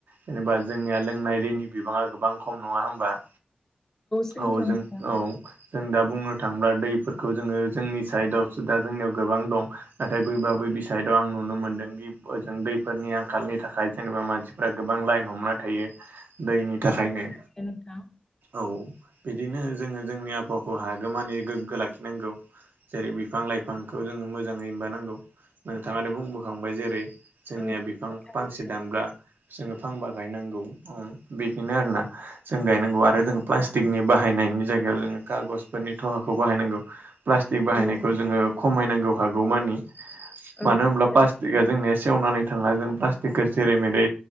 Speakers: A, on the right; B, on the left.
A: जेनेबा जोंनिया लोंनाय दैनि बिबाङा गोबां खम नङा होमबा
B: सैथो
A: औ जों
B: नोंथां
A: औ जों दा बुंनो थांला दैफोरखौ जोङो जोंनि साइदआवसो दा जोंनियाव गोबां दं नाथाय बैबा बै बिसायदआव आं नुनो मोन्दों दि ओजों दैफोरनि आंखालनि थाखाय जेनेबा मानसिफ्रा गोबां लाइन हमना थायो। दैनि
B: नंगौ
A: थाखायनो
B: थारैनो नोंथां।
A: औ बिदिनो जोङो जोंनि आबहावाखौ हागोमानि गोग्गो लाखिनांगौ जेरै- बिफां लाइफांखौ जोङो मोजाङै बानांगौ नोंथाङानो बुंबोखांबाय जेरै जोंनिया
B: औ
A: बिफां
B: औ थारैनो
A: फांसे दानब्ला जोङो फांबा गायनांगौ बिदिनो आरोना जों गायनांगौ आरो जों प्लास्टिकनि बाहायनायनि जायगायाव जोङो खागजफोरनि थहाखौ बाहायनांगौ। प्लास्टिक बाहायनायखौ
B: औ
A: जोङो खमायनांगौ हागौमानि
B: औ
A: मानो होनोमब्ला
B: थारैनो
A: प्लास्टिकआ
B: नोंथां
A: जोंनिया सेवनानै थाङा जों प्लास्टिकखौ जेरै मेरै